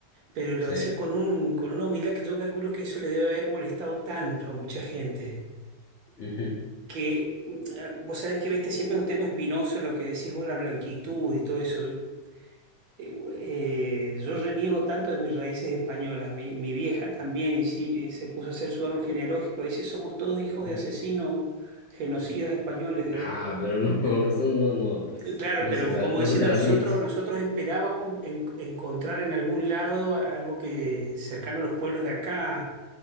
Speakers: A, on the right (about 65°); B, on the left (about 65°).
A: pero lo
B: Sí.
A: decía con un, con una humildad que yo calculo que eso le debe haber molestado tanto a mucha gente
B: Ujú,
A: que eh, vos sabés que viste siempre es un tema espinoso lo que decís vos, la blanquitud y todo eso. Eh, eh, yo reniego tanto de mis raíces españolas. Mi, mi vieja también y sí, eh, se puso a hacer su árbol genealógico. Dice, somos todos hijos de
B: ujú.
A: asesinos, genocidas españoles. dice.
B: Ah, pero no, <laughs> no, no, no, no, pues
A: Eh, Claro,
B: no
A: pero
B: se tra-
A: como
B: no
A: diciendo
B: se transmite.
A: nosotros, nosotros esperábamos en- encontrar en algún lado algo que cercano a los pueblos de acá